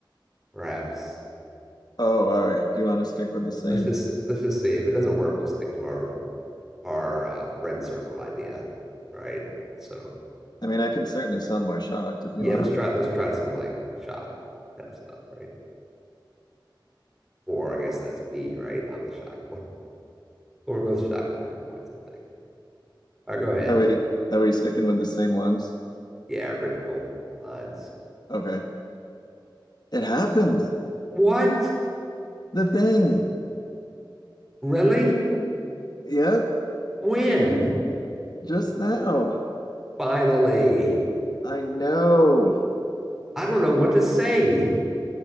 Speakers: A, in the centre; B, on the left.
A: perhaps.
B: Oh, all right. Do you want to stick
A: Yeah.
B: with the same?
A: Let's just let's just see if it doesn't work. We'll stick to our our uh, friend circle idea, right? So
B: I mean, I can certainly sound more shocked if you
A: yeah,
B: want.
A: let's try let's try some like shock kind of stuff, right? Or I guess that's me, right? I'm the shocked one. Well, we're both shocked at different points, I think. All right, go ahead.
B: Are we are we sticking with the same ones?
A: Yeah, original lines.
B: Okay. It happened.
A: What?
B: The thing.
A: Really?
B: Yep,
A: When?
B: just now.
A: Finally.
B: I know.
A: I don't know what to say.